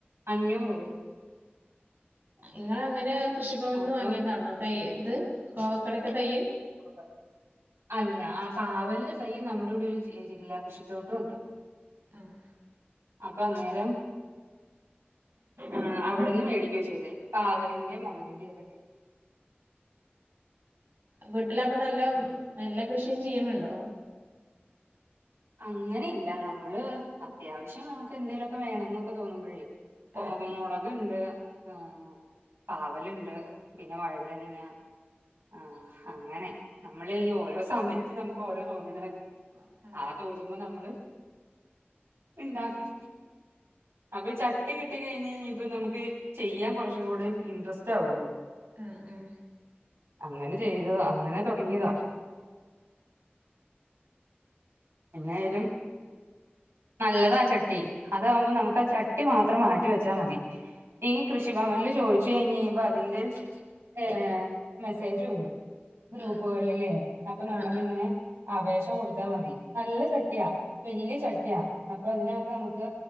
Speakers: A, on the right; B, on the right.
A: അഞ്ഞൂറ് രൂപക്ക്.
B: ഇങ്ങളങ്ങനെ കൃഷിഭവനീന്ന്
A: അപ്പം
B: വാങ്ങിയതാണോ തൈ, ഇത് കോവക്കേടക്കെ തൈ?
A: ആ അല്ല, ആ പാവലിന്റെ തൈ നമ്മടെ ഇവിടെ ഒരു ജി ജില്ലാ കൃഷിത്തോട്ടോണ്ട്.
B: അഹ്
A: അപ്പന്നേരം ആഹ് അവിടുന്നുമേടിക്കുവാ ചെയ്തേ. പാവലിന്റേം മുളകിന്റെയൊക്കെ തൈ.
B: വീട്ടിലപ്പൊനല്ല
A: ഉം.
B: നല്ല കൃഷിയും ചെയ്യണുണ്ടോ
A: അങ്ങനെയില്ല നമ്മള് അത്യാവശ്യം നമുക്കെ ന്തേങ്കലുമൊക്കെ വേണമെന്നൊക്കെ തോന്നുമ്പോളേ കോ
B: ആഹ്
A: മുളകുണ്ട് ആഹ് പാവലുണ്ടു പിന്നെ വഴുതനങ്ങ ആഹ് അങ്ങനെ നമ്മളീയോരോ സമയത്തു നമുക്കോരോ തോന്നലാവും
B: <unintelligible>
A: ആ തോന്നുമ്പോ നമ്മള് ണ്ടാക്കും. അപ്പൊയീ ചട്ടി കിട്ടിക്കഴിഞ്ഞു ഇനിയീപ്പ നമുക്ക് ചെയ്യാൻ കുറച്ചുകൂടെ യിൻട്രസ്റ്റാവൂലോ
B: ആഹ് ആഹ്
A: അങ്ങനെ ചെയ്തതാ യങ്ങനെ തുടങ്ങിയത എന്നായാലും നല്ലതാ ചട്ടി അതാകുമ്പോ നമുക്കാ ആ ചട്ടി മാത്രം മാറ്റി വെച്ചാമതി ഈ കൃഷിഭവനിൽ ചോദിച്ചു കഴിഞ്ഞു കഴിയുമ്പോയതിന്റെ ഏയ് മെസ്സേജുവരും ഗ്രൂപ്പുകളിലേ
B: ആഹ്
A: അപ്പൊ
B: ആഹ്
A: നമ്മളിങ്ങനെയപേക്ഷ
B: ആഹ്
A: അപേക്ഷകൊടുത്താ മതി നല്ലചട്ടിയാ വല്യ ചട്ടിയാ അപ്പൊയതിനകത്തു നമുക്ക്